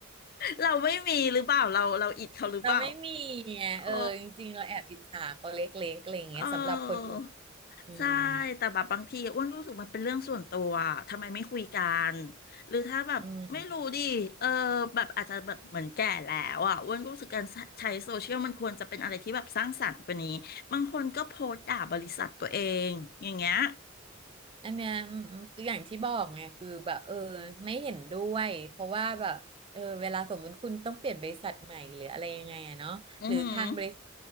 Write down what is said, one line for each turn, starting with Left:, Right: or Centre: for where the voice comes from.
Left: เราไม่มีหรือเปล่าเราเราอิดเขาหรือเปล่า
Right: <laughs> เราไม่มีไงเออจริงๆเราแอบอิจฉาเขาเล็กๆอะไรอย่างเงี้ยสำหรับคนอวบ
Left: โอ้ เออ
Right: อืม
Left: ใช่แต่แบบบางทีอ้วนก็รู้สึกมันเป็นเรื่องส่วนตัวอะทำไมไม่คุยกันหรือถ้าแบบไม่รู้ดิเออแบบอาจจะแบบเหมือนแก่แล้วอ่ะอ้วนก็รู้สึกการใช้โซเชียลมันควรจะเป็นอะไรที่แบบสร้างสรรค์กว่านี้บางคนก็โพสต์ด่าบริษัทตัวเองอย่างเงี้ย
Right: อืม อันเนี้ยอืมคืออย่างที่บอกไงคือแบบเออไม่เห็นด้วยเพราะว่าแบบเออเวลาสมมติคุณต้องเปลี่ยนบริษัทใหม่หรืออะไรยังไงอะเนาะหรือทางบริษัท
Left: อือหือ